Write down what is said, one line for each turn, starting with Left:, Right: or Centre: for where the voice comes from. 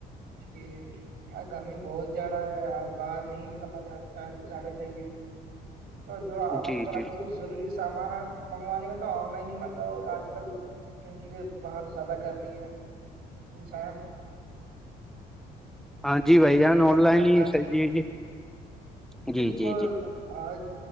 Right: ٹھیک ہاں گرمی بہت ج رہا ہے اور باہر نہیں نکلنا زیادہ چاہیے تو جو
Centre: جی
Right: اگر
Centre: جی
Right: آپ کو کچھ ضروری سامان آ منگوانے ہو تو آن لائن ہی منگاؤ آج کل کیونکہ باہر زیادہ گرمی ہے انسان
Centre: ہاں جی
Right: اتنی
Centre: بھائی جان
Right: گرمی
Centre: آن لائن
Right: برداشت
Centre: ہی س جی ہے جی جی
Right: بالکل
Centre: جی
Right: آج